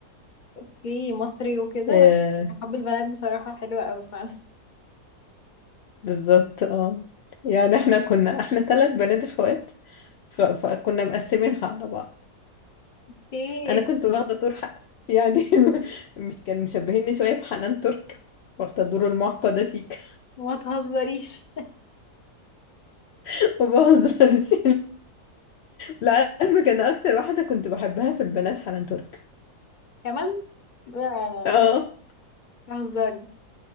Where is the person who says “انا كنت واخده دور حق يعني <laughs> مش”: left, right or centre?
Left